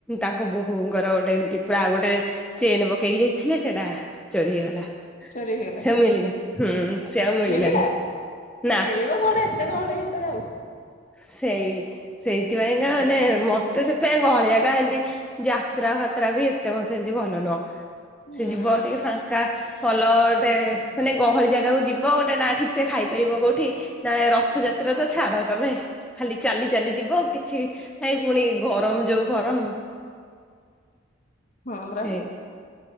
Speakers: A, in the centre; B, on the left.
A: ତାଙ୍କ ବୋହୂଙ୍କର ଗୋଟିଏଏମତି ପୁରା ଗୋଟାଏ ଚେନ୍ ପକେଇ ଯାଇଥିଲେ ସେଟା ଚୋରି ହେଇଗଲା
B: ଚୋରି ହେଇଗଲା
A: ସେ ମିଳିଲା ହୁଁ ସେ ଆଉ ମିଳିଲାନି।
B: ମିଳିଲା
A: ନା
B: ମିଳିବ କୋଆଡେ ଏତେ ଗହଳି ଭିତରେ ଆଉ।
A: ସେଇ ସେଇଥିପାଇଁ କା ମାନେ ମ ତ ସେଥିାଇଁ ଗହଳିଆ କା ଏମତି ଯାତ୍ରା ଫାତ୍ରା ବି ଏତେ ମୋ ସେମତି ଭଲ ନୁହଁ।
B: ହୁଁ
A: ସେ ଯିବ ଟିକିଏ ଫାଙ୍କା ଭଲ ଗୋଟାଏ ମାନେ ଗହଳି ଜାଗାକୁ ଯିବ ଗୋଟିଏ ନା ଠିକ୍ ସେ ଖାଇ ରହିବ କୋଉଠି ନା ରଥଯାତ୍ରା ତ ଛାଡ ତମେ ଖାଲି ଚାଲି ଚାଲି ଯିବ କିଛି ନାଇଁ ପୁଣି ଗରମ ଯୋଉ ଗରମ।
B: ହଁ ପରା।
A: ହେଇ